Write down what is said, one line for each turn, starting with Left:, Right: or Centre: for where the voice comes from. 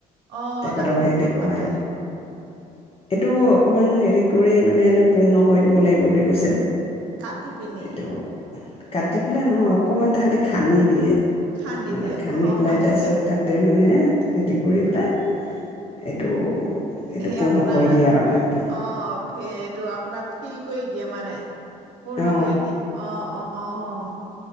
Right: অ',
Left: তেখেতক
Right: ডাক্তৰে
Left: সেই
Right: কি
Left: দেখুৱাই
Right: ক'লে?
Left: এইটো অকমান হেৰি কৰি মানে এইটো পূৰ্ণ কৰি দিব লাগিব বুলি কৈছে।
Right: কাটি পিনে,
Left: এইটো কাটি পেলাই নহয়, অকমান তাহাঁতি খানি দিয়ে।
Right: খান্দি
Left: এনেকুৱা
Right: দিয়ে।
Left: খান্দি
Right: অ',
Left: পেলাই,
Right: হয়
Left: তাৰ
Right: নেকি?
Left: পিছত তাতে মানে হেৰি কৰি পেলাই এইটো এইটো
Right: সেই
Left: পূৰ্ণ
Right: আপোনাৰ
Left: কৰি দিয়ে আৰু দাঁতটো
Right: অ' এইটো আপোনাৰ ফিল কৰি দিয়ে মানে। পূৰ্ণ
Left: অ
Right: কৰি দিয়ে, অ' অ' অ'